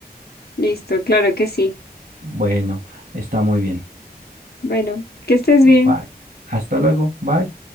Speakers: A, on the left (about 70°); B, on the right (about 65°).
A: Listo, claro que sí.
B: Bueno, está muy bien.
A: Bueno, que estés bien.
B: Bye. Hasta luego. Bye.